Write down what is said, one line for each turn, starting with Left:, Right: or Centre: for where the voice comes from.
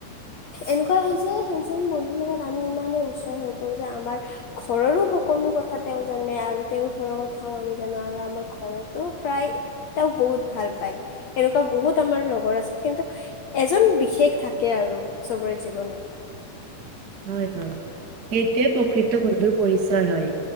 Left: এনেকুৱা হয় যে সেইজন বন্ধুৰ লগত আমি ইমানেই ওচৰ হৈ পৰো যে আমাৰ ঘৰৰো সকলো কথা তেওঁ জানে আৰু তেওঁৰ ঘৰৰ কথাও আমি জানো আৰু আমাৰ ঘৰতো প্ৰায় তেওঁক বহুত ভাল পায়, এনেকুৱা বহুত আমাৰ লগৰ আছিল কিন্তু এজন বিশেষ থাকে আৰু চবৰে জীৱনত।
Right: হয় হয়, সেইটোয়ে প্ৰকৃত বন্ধুৰ পৰিচয় হয়।